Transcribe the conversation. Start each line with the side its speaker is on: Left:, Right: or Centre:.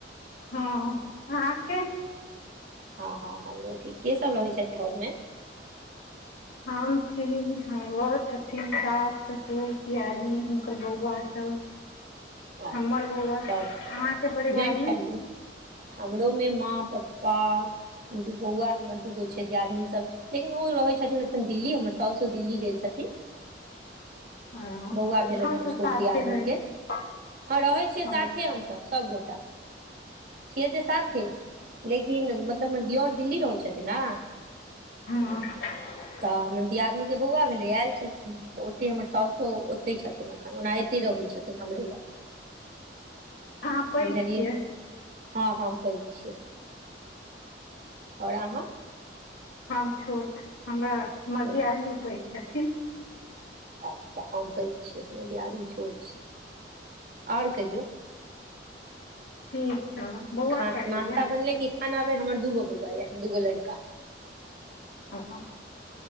Left: हँ अहाँके
Right: हँ-हँ हमरो ठीक, के सब रहै छथि घर मे
Left: हम छी, हमर बौर छथिन, सास, ससुर, दियादनी, हुनकर बौआ सब
Right: अच्छा
Left: हमर बौआ। अहाँके
Right: सब
Left: परिवार
Right: ज्वाइंट
Left: मे
Right: फैमिली हमरो मे माँ, पप्पा, दू बौआ हमर दूगो छै दियादनी सब लेकिन ओ रहै छथिन अखन दिल्ली, हमर साउसो दिल्ली गेल छथिन।
Left: ओ
Right: बौआ भेलनि
Left: हमसब
Right: हमर छोट
Left: साथे
Right: दियादनी
Left: रहै
Right: के
Left: छी।
Right: हँ रहै छियै
Left: हेलो
Right: साथे हमसब सबगोटा।
Left: <inaudible>
Right: छियै त साथे, लेकिन मतलब हमर दिओर दिल्ली रहै छथिन न।
Left: हँ
Right: तऽ हमर दियादनी के बौआ भेलैए, ऐल छलखिन हैं त ओते हमर साउसो ओते छथिन एखन ओना ए तै रहै छथिन हमरे लग
Left: अहाँ पैघ
Right: बुझलियै
Left: छियै।
Right: हँ हम पैघ छियै। और अहाँ
Left: हम छोट हमरा हमर
Right: छोट
Left: दियादिनी पैघ छथिन।
Right: अच्छा हम पैघ छियै, हमर दियादिनी छोट छै। और कहियौ
Left: ठीक छौ बौआ
Right: खा
Left: कए गो
Right: नाश्ता
Left: यऽ
Right: बनले कि ख खाना बैन, हमर दूगो बौआ ऽय दूगो लड़का।
Left: आओर हँ